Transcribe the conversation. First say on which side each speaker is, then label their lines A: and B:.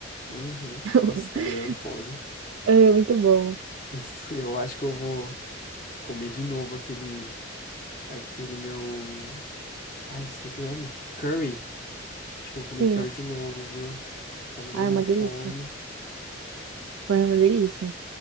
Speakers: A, on the left; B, on the right.
A: Uhum.
B: <laughs>
A: Nossa, tá me dando fome.
B: É muito bom.
A: <laughs> Eu acho que eu vou comer de novo aquele, aquele meu Ai, esqueci o nome. Curry. Acho que eu vou comer
B: Sim.
A: curry de novo, viu? Que tá me dando
B: Ah, é
A: uma
B: uma
A: fome.
B: delícia. Foi uma delícia.